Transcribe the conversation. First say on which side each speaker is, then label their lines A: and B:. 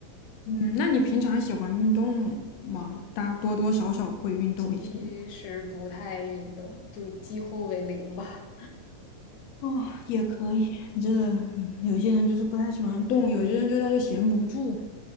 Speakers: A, on the left; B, on the left.
A: 嗯，那你平常喜欢运动吗？大多多少少会运动一些吗？
B: <laughs> 其实不太运动，就几乎为零吧。
A: 哦，也可以。这嗯有些人就是不太喜欢动，有些人就他就闲不住。